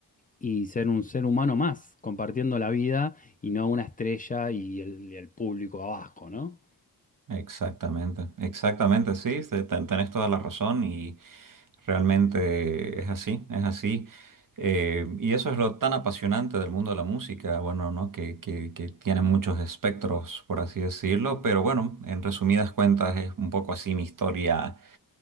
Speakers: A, on the left; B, on the right.
A: y ser un ser humano más, compartiendo la vida y no una estrella y el, y el público abajo, ¿no?
B: Exactamente, exactamente, sí, te- te- tenés toda la razón y realmente es así, es así. Eh, y eso es lo tan apasionante del mundo de la música, bueno, ¿no? Que, que, que tiene muchos espectros, por así decirlo, pero bueno, en resumidas cuentas es un poco así mi historia